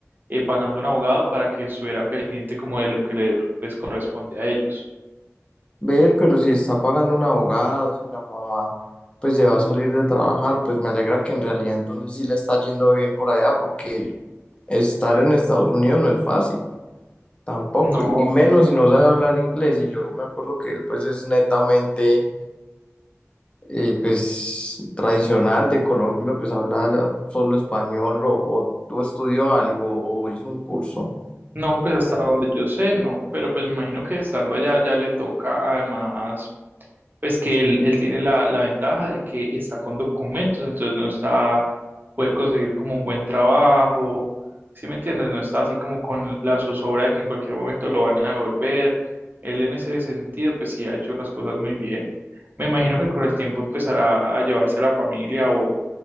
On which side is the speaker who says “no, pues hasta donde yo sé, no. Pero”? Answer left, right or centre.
Right